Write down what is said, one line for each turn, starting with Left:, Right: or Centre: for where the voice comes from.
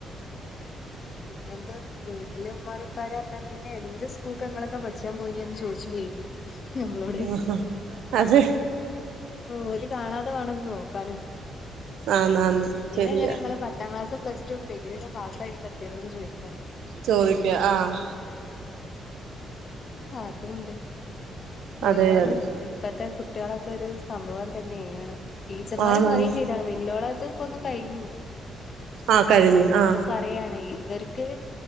Left: പിന്നെന്ത്? വീട്ട്ല് മ്മാരുംപ്പാരും അർഞ്ഞാ പിന്നെ എന്ത് സ്കൂക്കാ ങ്ങളൊക്കെ പഠിച്ചാൻ പോയി ന്യേന്ന് ചോയിച്ചും ചെയ്യും. നമ്മളോട്
Right: ആഹാ. അത്
Left: ഓല് കാണാതെ വാണംത് നോക്കാനും.
Right: ആന്നാന്ന്
Left: പിന്നെ
Right: ശരിയാ
Left: എങ്ങനെങ്ങള് പ ത്താ ക്ലാസ്സും, പ്ലസ്‌ ടും, ഡിഗ്രി ഒക്കെ പസ്സായിവ്‌ടെ എത്തിയത് ചോയിക്കാണ്.
Right: ചോയിക്കും. ആഹ്
Left: അതുണ്ട്.
Right: അതെ
Left: ഏതാലും
Right: അതെ
Left: ഇപ്പത്തെ കുട്ടികളെക്കൊര് സംഭവം തെന്നേണ്. ടീച്ചർമാര്
Right: ആണാണ്
Left: പറിം ചെയ്യും. <unintelligible> വല്യോളാച്ചാ പ്പൊ ന്ന് കഴിഞ്ഞു.
Right: ആ കഴിഞ്ഞ്
Left: അം ങ്ങട്ട്
Right: ആ
Left: പ്പ റയാണെ. ഇവര്ക്ക്